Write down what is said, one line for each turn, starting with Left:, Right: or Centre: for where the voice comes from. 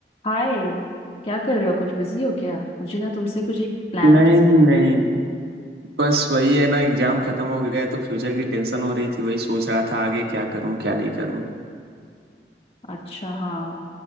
Left: हाय क्या कर रहे हो कुछ बिजी हो क्या मुझे ना तुमसे कुछ एक प्लान
Right: नहीं नहीं बस वही है ना एग्जाम खत्म हो गया है, तो फ्यूचर की टेंशन हो रही थी वही सोच रहा था आगे क्या करूं क्या नहीं करूं
Left: अच्छा हाँ